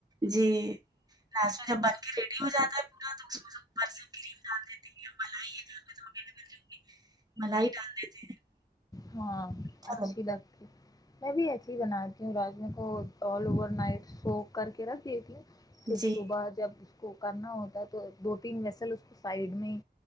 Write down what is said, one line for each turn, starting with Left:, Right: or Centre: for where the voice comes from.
Right: جی لاشو جب بن کے ریڈی ہو جاتا ہے پورا تو اس میں سے اوپر سے کریم ڈال دیتے ہیں ملائی ہے گھر میں تو اویلیبلگی ملائی ڈال دیتے ہیں <unintelligible>
Left: ہاں <inaudible>
Right: اچھا
Left: اچھی
Right: لگتا
Left: لگتی <unintelligible> میں بھی ایسیھی ہی بناتی ہوں راجم کو آل اوور نائٹ سو کر کے رکھ دیتی ہوں <unintelligible>
Right: ہے
Left: پھر
Right: جی
Left: صبح جب <unintelligible> کو کرنا ہوتا ہے تو دو تین ویسل اس کو سائڈ میں